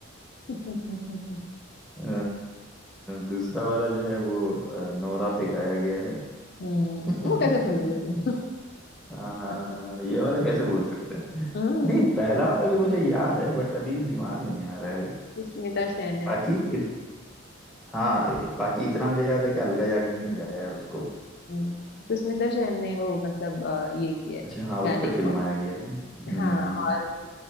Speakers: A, on the left; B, in the centre.
A: बताओ <laughs>
B: अ, दूसरा वाला जो है वो अ, नोरा पे गाया गया है
A: हम्म
B: <laughs>
A: वो कैसे भूलोगे तुम
B: हाँ हाँ,
A: <laughs>
B: ये वाला कैसे बोल सकते हैं
A: हम्म
B: नहीं पहला वाला भी मुझे याद है बट अभी दिमाग में नहीं आ रहा है
A: सुष्मिता सेन है
B: बाकी
A: इसमें।
B: इत, हाँ बाकी इतना मुझे याद है कि अलका याग्निक ने गाया है उसको
A: हम्म, सुष्मिता सेन ने वो मतलब अ, ये किया है
B: अच्छा हाँ उस
A: गाने
B: पे
A: को
B: फिल्माया गया है हम्म
A: हाँ और